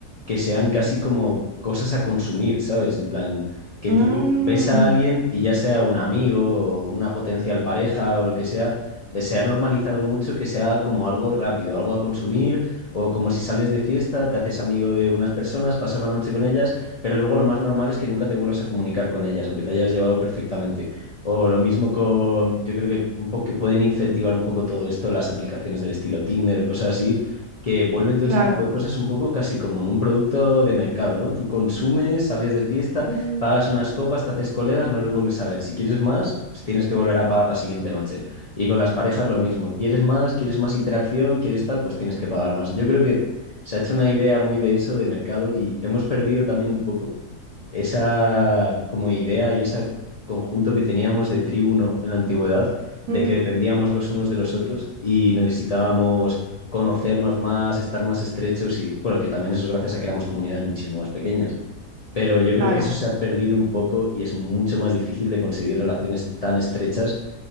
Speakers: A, on the left; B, on the right.
A: que sean casi como cosas a consumir, ¿sabes? En plan, que
B: Mm,
A: tú ves a alguien y ya sea un amigo, o una potencial pareja o lo que sea, le se ha normalizado mucho que sea como algo rápido, algo a consumir, o como si sales de fiesta, te haces amigo de unas personas, pasas la noche con ellas, pero luego lo más normal es que nunca te vuelvas a comunicar con ellas, aunque te hayas llevado perfectamente. O lo mismo con, yo creo que un poco que pueden incentivar un poco todo esto, las aplicaciones del estilo Tinder o cosas así, que vuelven todo
B: claro,
A: este tipo de cosas un poco casi como en un producto de mercado, ¿no? Tú consumes, sales de fiesta,
B: Mm,
A: pagas unas copas, te haces colegas, no les vuelves a ver. Si quieres más, pues tienes que volver a pagar la siguiente noche. Y con las parejas lo mismo. ¿Quieres más? ¿Quieres más interacción? ¿Quieres tal? Pues tienes que pagar más. Yo creo que se ha hecho una idea muy de eso de mercado y hemos perdido también un poco esa como idea y ese conjunto que teníamos de tribu, ¿no? En la antigüedad, de
B: mm,
A: que dependíamos los unos de los otros y necesitábamos conocernos más, estar más estrechos y, bueno, que también eso es gracias a que éramos comunidades muchísimo más pequeñas. Pero yo creo
B: claro,
A: que eso se ha perdido un poco y es mucho más difícil de conseguir relaciones tan estrechas